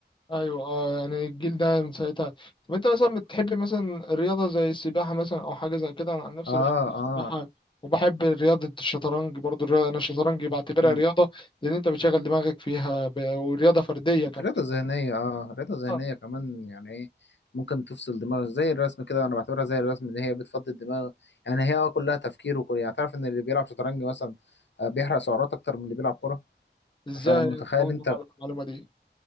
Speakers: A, on the left; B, on the left.
A: ايوه اه يعني الجيل ده من ساعتها طب انت مثلا بتحب مثلا الرياضه زي السباحه مثلا او حاجه زي كده انا عن نفسي
B: اه
A: بحب السباحه
B: اه
A: وبحب رياضه الشطرنج برضو الرياضه انا الشطرنج بعتبرها
B: مم.
A: رياضه لان انت بتشغل دماغك فيها ب... ورياضه فرديه
B: مم.
A: كمان
B: رضا ذهنية اه رضا ذهنية
A: آه،
B: كمان يعني ايه ممكن تفصل دماغ زي الرسم كده انا بعتبرها زي الرسم ان هي بتفضي الدماغ يعني هي آه كلها تفكير وكل يعني تعرف ان اللي بيلعب شطرنج مثلا آه، بيحرق سعرات اكتر من اللي بيلعب كورة
A: ازاي
B: فمتخيل
A: يعني أنا اول
B: انت
A: مره اعرف المعلومه دي